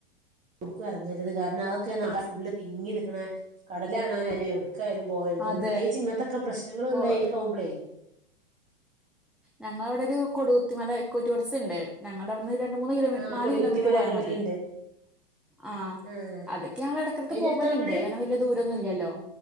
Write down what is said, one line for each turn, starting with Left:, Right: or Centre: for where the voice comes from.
Right: കൊടുക്കും ഇറങ്ങരുത് കാരണം അതൊക്കെ ന ഫുള് തിങ്ങി നിക്കണ കടലാണൻാലും എടുക്കും ഒക്ക ആാലും പോയരുത്
Centre: അതെ
Right: പ്രത്യേകിച്ച് ഇങ്ങത്തത്തെക്കെ പ്രശ്നൾ
Centre: ഇപ്പൊ
Right: ഉള്ളായിരിക്കാവവുമ്പോളേ
Centre: ഞങ്ങളവിടെ ഒരു കൊടുത്തിമല ഇക്കോ ടൂറിസം ഉണ്ട് ഞങ്ങളുടെ അവിടു രണ്ട മൂന്ന് കിലോമീറ്റർ
Right: ആഹ്
Centre: നാല്
Right: കൊടികുത്തിമരം
Centre: കിലോമീറ്റർ പോയാൽ
Right: കേട്ടിട്ടുണ്ട്
Centre: മതി.. ആഹ
Right: ആഹ്
Centre: അതൊക്കെ ഞങ്ങ ഇടക്കിടക്ക്
Right: അയിന്റെ
Centre: പോ
Right: അടുത്താ
Centre: പോലെുണ്ട്
Right: വീട്
Centre: കാരണം വലിയ ദൂരൊന്നുംല്ലല്ലോ